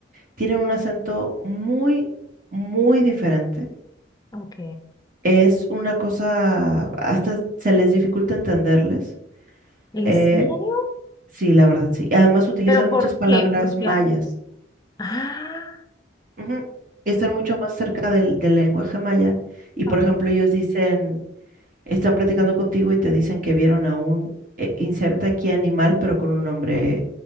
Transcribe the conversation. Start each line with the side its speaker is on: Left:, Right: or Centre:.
Right: tienen un acento muy, muy diferente
Left: Ok.
Right: Es una cosa, hasta se les dificulta entenderles.
Left: ¿En
Right: Eh,
Left: serio?
Right: sí, la verdad, sí. Además utilizan
Left: ¿Pero por
Right: muchas palabras
Left: qué? Porque,
Right: mayas.
Left: ah,
Right: Ujú. Están mucho más cerca del, del lenguaje maya. Y
Left: ah,
Right: por ejemplo,
Left: ok.
Right: ellos dicen, están platicando contigo y te dicen que vieron a un, eh, inserta aquí animal, pero con un nombre